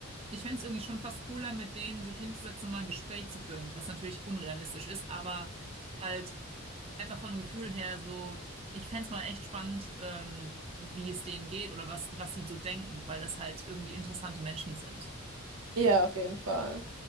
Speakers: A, on the right; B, on the right.
A: ich fände es irgendwie schon fast cooler, mit denen sich hinzusetzen, mal ein Gespräch zu führen, was natürlich unrealistisch ist, aber halt einfach vom Gefühl her so, ich fänd's mal echt spannend, ähm, wie es denen geht oder was, was die so denken, weil das halt irgendwie interessante Menschen sind.
B: Ja, auf jeden Fall.